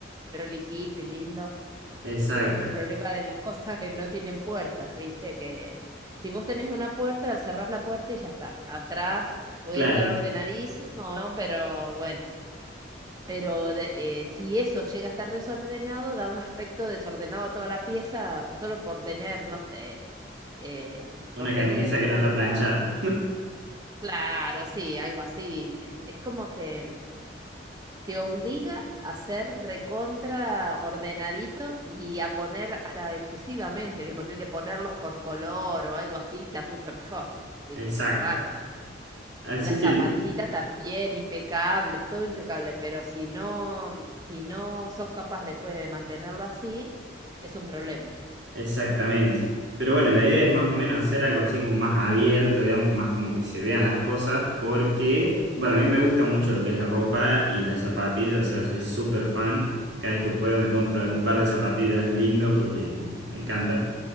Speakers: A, on the right (about 20°); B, on the right (about 70°).
A: prolijito y lindo.
B: <laughs> Exacto.
A: Es el problema de las cosas que no tienen puertas, ¿viste? Que si vos tenés una puerta, al cerrás la puerta y ya está. Atrás puede
B: Claro.
A: estar ordenadísimo, ¿no? Pero bueno, pero de- eh, si eso llega a estar desordenado, da un aspecto desordenado a toda la pieza solo por tener, no sé eh,
B: Una
A: por tener
B: camisa que no
A: puesta,
B: está planchada.
A: claro, sí, algo así. Es como que te obliga a ser recontra ordenadito y a poner hasta excesivamente, ¿viste? Ponerle, ponerlos por color o algo así, queda mucho mejor, viste,
B: Exacto.
A: queda bárbaro.
B: Así
A: Las
B: que
A: zapatillitas también impecables, todo impecable, pero si no, si no sos capaz después de mantenerlo así, es un problema.
B: Exactamente. Pero bueno, la idea es más o menos hacer algo así como más abierto, digamos, más como que se vean las cosas, porque, bueno, a mí me gusta mucho lo que es la ropa y las zapatillas, o sea, soy súper fan. Cada vez que puedo me compro
A: Sí,
B: un par de zapatillas lindo porque me encanta.